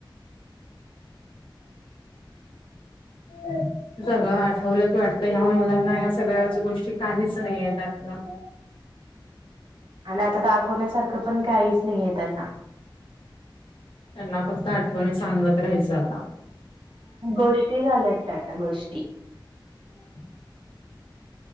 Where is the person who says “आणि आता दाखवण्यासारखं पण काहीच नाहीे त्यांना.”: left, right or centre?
Right